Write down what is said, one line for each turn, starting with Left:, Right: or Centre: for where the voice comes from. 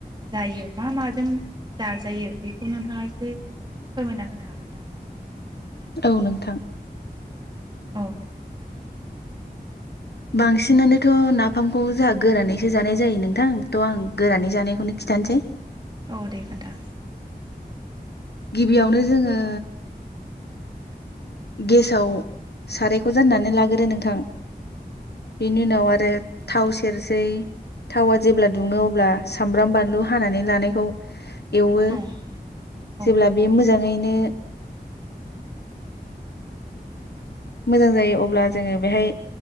Right: जायो मा माजों जाजायो बेखौ नोंथाङा इसे फोरमायना होनो हागोन ना
Left: औ नोंथां
Right: औ दे
Left: बांसिनानोथ नाफामखौ जाहा गोरानैसो जानाय जायो नोंथां त आं गोरानै जानायखौनो खिथानोसै
Right: औ दे खोन्था
Left: गिबियावनो जोङो गेसाव सारायखौ जाननानै लाग्रो नोंथां बेनि उनाव आरो थाव सेरसै थावा जेब्ला दुङो अब्ला सामब्राम बानलु हानानै लानायखौ एवो
Right: औ औ
Left: जेब्ला बे मोजाङै नो
Right: औ
Left: मोजां जायो अब्ला जोङो बेहाय